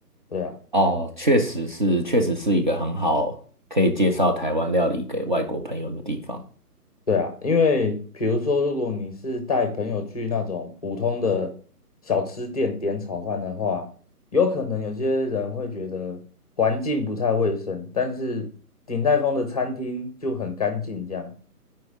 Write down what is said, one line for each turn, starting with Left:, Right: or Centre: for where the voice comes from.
Left: 对啊。
Right: <laughs> 哦，确实是，确实是一个很好可以介绍台湾料理给外国朋友的地方。
Left: 对啊，因为比如说，如果你是带朋友去那种普通的小吃店点炒饭的话，有可能有些人会觉得环境不太卫生，但是鼎泰丰的餐厅就很干净这样。